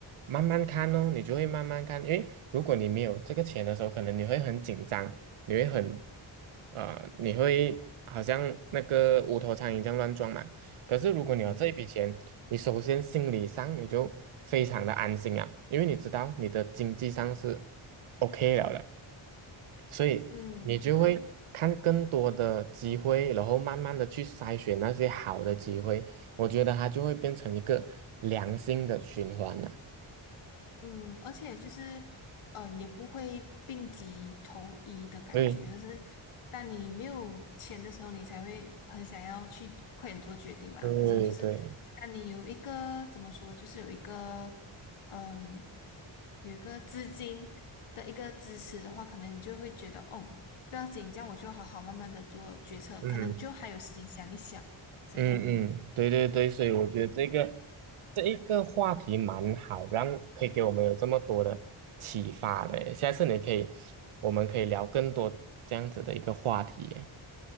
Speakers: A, on the right; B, on the left.
A: 慢慢看哦，你就会慢慢看。因为如果你没有这个钱的时候，可能你会很紧张，你会很，呃，你会好像那个无头苍蝇这样乱撞嘛。可是如果你有这一笔钱，
B: 嗯。
A: 你首先心理上你就非常的安心啊，因为你知道你的经济上是 OK 了的，所以你就会看更多的机会，
B: 嗯，对。
A: 然后慢慢的去筛选那些好的机会，我觉得它就会变成一个良性的循环了。
B: 嗯，而且就是，嗯，也不会病急投医的感觉，
A: 对
B: 就是当你没有钱的时候，你才会很想要去快点做决定嘛。
A: 对对，
B: 可是就是，当你有一个怎么说，就是有一个，嗯，有一个资金的一个支持的话，可能你就会觉得，哦，不要紧，这样我就好好慢慢的做决策，
A: 嗯。
B: 可能就还有时间想一想，这样。
A: 嗯嗯，对对对，所以我觉得这个这一个话题蛮好，让可以给我们有这么多的启发的耶下次你可以，我们可以聊更多这样子的一个话题耶